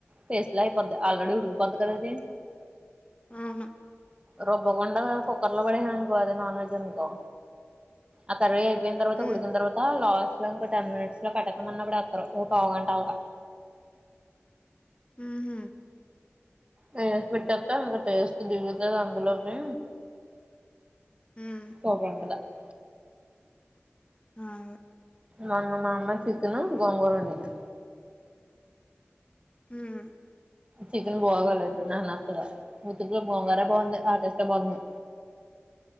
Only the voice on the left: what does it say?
ఔను
హ్మ్
మ్ హ్
హ్మ్
ఆగు
ఉమ్